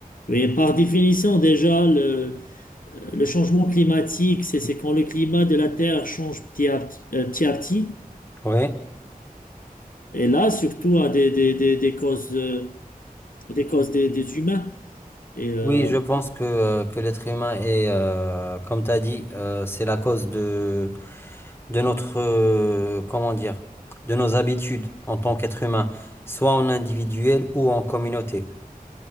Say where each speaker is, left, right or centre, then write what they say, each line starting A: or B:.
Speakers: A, on the left (about 65°); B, on the left (about 15°).
A: et par définition, déjà, le, euh, le changement climatique, c'est, c'est quand le climat de la Terre change petit à petit. euh, petit à petit.
B: ouais.
A: Et là, surtout à des, des, des, des causes, euh, des causes des, des humains. Et euh,
B: Oui, je pense que, euh, que l'être humain est, euh, comme tu as dit, euh, c'est la cause de, de notre, euh, comment dire, de nos habitudes en tant qu'être humain, soit en individuel ou en communauté.